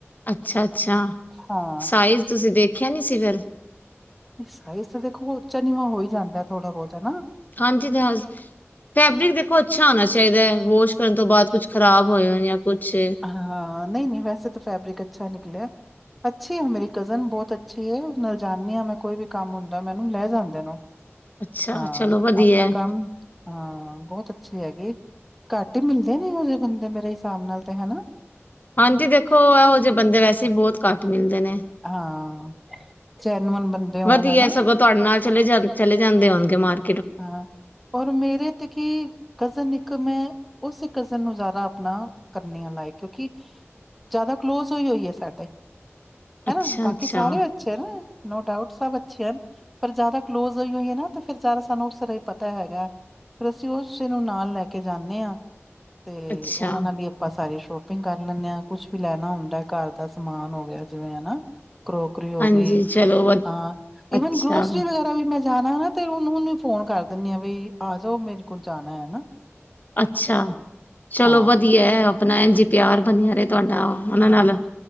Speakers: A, on the left; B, in the centre.
A: ਅੱਛਾ ਅੱਛਾ
B: ਹਾਂ।
A: ਸਾਈਜ਼ ਤੁਸੀਂ ਦੇਖਿਆ ਨਹੀਂ ਸੀ ਫਿਰ
B: ਸਾਈਜ਼ ਤਾਂ ਦੇਖੋ ਚਨੀਵਾ ਹੋਈ ਜਾਂਦਾ ਥੋੜਾ ਬਹੁਤ ਹੈਾ
A: ਹਾਂਜੀ ਜਹਾਜ਼ ਫੈਬਰਿਕ ਦੇਖੋ ਅੱਛਾ ਹੋਣਾ ਚਾਹੀਦਾ ਹੈ ਵਾਸ਼ ਕਰਨ ਤੋਂ ਬਾਅਦ ਕੁਛ ਖ਼ਰਾਬ ਹੋਏ ਹੋ ਜਾਂ ਕੁਛ
B: ਹਾਂ ਨਹੀਂ ਨਹੀਂ ਵੈਸੇ ਤਾਂ ਫੈਬਰਿਕ ਅੱਛਾ ਨਿਕਲਿਆ ਅੱਛੀ ਆ ਮੇਰੀ ਕਜ਼ਨ ਬਹੁਤ ਅੱਛੀ ਨਾਲ ਜਾਣਨੀ ਹਾਂ ਮੈਂ ਕੋਈ ਵੀ ਕੰਮ ਹੁੰਦਾ ਮੈ ਉਹਨੂੰ ਲੈ ਜਾਂਦੇ ਨੂੰ
A: ਅੱਛਾ
B: ਹਾਂ
A: ਚਲੋ ਵਧੀਆ
B: ਆਪਣਾ
A: ਹੈ।
B: ਕੰਮ ਹਾਂ ਬਹੁਤ ਅੱਛੀ ਹੈਗੀ ਘੱਟ ਹੀ ਮਿਲਦੇ ਨੇ ਉਹ ਜਹੇ ਬੰਦੇ ਮੇਰੇ ਹਿਸਾਬ ਨਾਲ ਤੇ ਹਨਾ
A: ਹਾਂਜੀ ਦੇਖੋ ਇਹੋ ਜਿਹੇ ਬੰਦੇ ਵੈਸੇ ਹੀ ਬਹੁਤ ਘੱਟ ਮਿਲਦੇ ਨੇ
B: ਹਾਂ ਚੈਨਵਨ ਬੰਦੇ ਹੋਣ
A: ਵਧੀਆ
B: ਹਨਾ
A: ਹੈ, ਸਗੋਂ ਤੁਹਾਡੇ ਨਾਲ ਚਲੇ ਜਾ ਚਲੇ ਜਾਂਦੇ ਹੋਣਗੇ ਮਾਰ
B: ਹਾਂ ਔਰ ਮੇਰੇ ਤੇ ਕੀ ਕਜ਼ਨ ਇੱਕ ਮੈਂ ਉਸ ਕਜ਼ਨ ਨੂੰ ਜ਼ਿਆਦਾ ਆਪਣਾ ਕਰਨੀ ਹ ਲਾਾਇਕ ਕਿਉਂਕਿ ਜ਼ਿਆਦਾ ਕਲੋਜ ਹੋਈ ਹੋਈ ਹੈ ਸਾਡੇ
A: ਅੱਛਾ
B: ਹਨਾ ਬਾਕੀ
A: ਅੱਛਾ
B: ਸਾਰੇ ਅ ਨੋ ਡਾਊਟ ਸਭ ਅੱਛੇ ਹਨ ਪਰ ਜ਼ਿਆਦਾ ਕਲੋਜ ਹੋ ਨਾ ਫਿਰ ਜ਼ਾਰ ਸਾਨੂੰ ਉਸ ਤਰ੍ਹਾਂ ਹੀ ਪਤਾ ਹੈਗਾ ਹੈ ਫ਼ਿਰ ਅਸੀਂ ਉਸੇ ਨੂੰ ਨਾਲ ਲੈ ਕੇ ਜਾਂਦੇ ਹਾਂ ਤੇ
A: ਅੱਛਾ
B: ਉਹਨਾਂ ਨਾਲ ਵੀ ਆਪਾਂ ਸਾਰੀ ਸ਼ੋਪਿੰਗ ਕਰ ਲੈਂਦੇ ਹਾਂ ਕੁਛ ਵੀ ਲੈਣਾ ਹੁੰਦਾ ਘਰ ਦਾ ਸਮਾਨ ਹੋ ਗਿਆ ਜਿਵੇਂ ਹਨਾ ਕਰੋ ਰੀ ਹੋ
A: ਹਾਂਜੀ
B: ਗਈ
A: ਚਲੋ ਵ
B: ਹਾਂ
A: ਅੱਛਾ
B: ਵਨ ਗਰੋਸਰੀ ਵਗੈਰਾ ਵੀ ਮੈਂ ਜਾਣਾ ਨਾ ਤੇ ਉਹਨੂੰ ਉਹਨੂੰ ਫੋਨ ਕਰ ਦਿੰੇ ਆ ਬਈ ਆ ਜਾਓ ਮੇਰੇ ਕੋਲ ਜਾਣਾ ਹੈ ਨਾ
A: ਅੱਛਾ ਚਲੋ
B: ਹਾਂ
A: ਵਧੀਆ ਆਪਣਾ ਐ ਜੀ ਪਿਆਰ ਬਣਿਆ ਰਹੇ ਤੁਹਾਡਾ ਉਹਨਾਂ
B: ਹਾਂ
A: ਨਾਲ